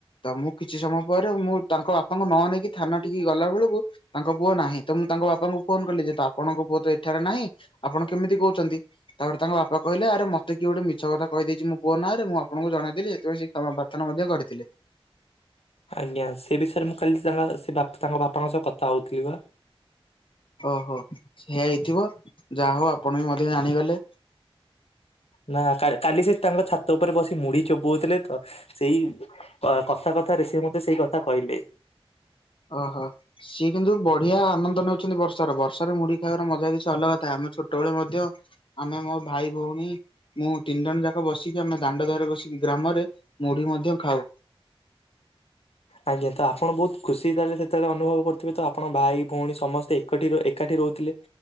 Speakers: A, on the left (about 55°); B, on the left (about 85°).
A: ତ ମୁଁ କିଛି ସମୟ ପରେ ମୁଁ ତାଙ୍କ ବାପାଙ୍କୁ ନନେଇକି ଥାନା ଟିକି ଗଲା ବେଳକୁ ତାଙ୍କ ପୁଅ ନାହିଁ ତ ମୁଁ ତାଙ୍କ ବାପାଙ୍କୁ ଫୋନ କଲିଯେ ଆପଣଙ୍କ ପୁଅତ ଏଠାରେ ନାହିଁ। ଆପଣ କେମିତି କହୁଛନ୍ତି ତାପରେ ତାଙ୍କ ବାପା କହିଲେ ଆରେ ମତ ମତେ କିଏ ଗୋଟେ ମିଛ କଥା କହିଦେଇଛିଁ ମୋ ପୁଅ ନାଁରେ ମୁଁ ଆପଣଙ୍କୁ ଜଣାଇଦେଲି ସେଥିପାଇଁ ସେ କ୍ଷମା ପ୍ରାର୍ଥନା ମଧ୍ୟ କରିଥିଲେ।
B: ଆଜ୍ଞା ସେ ବିଷୟରେ ମୁଁ କାଲି ତାଙ୍କ ସେ ବାପା ତାଙ୍କ ବାପାଙ୍କ ସହ କଥା ହଉଥିଲିବା।
A: ଓହୋ ସେଇୟା ହେଇଥିବ ଯାହାହଉ ଆପଣବି ମଧ୍ୟ ଜାଣିଗଲେ।
B: ନା କାଲି କାଲି ସେ ତାଙ୍କ ଛାତ ଉପରେ ବସି ମୁଢି ଚୋବୋଉଥିଲେତ। ସେଇ କଥା କଥାରେ ସିଏମତେ ସେଇ କଥା କହିଲେ।
A: ଅ ହ ସିଏ କିନ୍ତୁ ବଢିଆ ଆନନ୍ଦ ନଉଛନ୍ତି ବର୍ଷାର ବର୍ଷାରେ ମୁଢି ଖାଇବାର ମଜା କିଛି ଅଲଗା ଥାଏ ଆମେ ଛୋଟବେଳେ ମଧ୍ୟ ଆମେ ମୋ ଭାଇ ଭଉଣୀ ମୁଁ ତିନି ଜଣ ଯାକ ବସିକି ଆମେ ଦାଣ୍ଡ ଦୁଆରେ ବସିକି ଗ୍ରାମରେ ମୁଢି ମଧ୍ୟ ଖାଉ।
B: ଆଜ୍ଞା ତ ଆପଣ ବହୁତ ଖୁସି ହେଇଥାନ୍ତେ ସେତେବେଳେ ଅନୁଭବ କରୁଥିବେତ ଆପଣ ବାହାହେଇ ପୁଣି ସମସ୍ତେ ଏକାଠି ଏକାଠି ରହୁଥିଲେ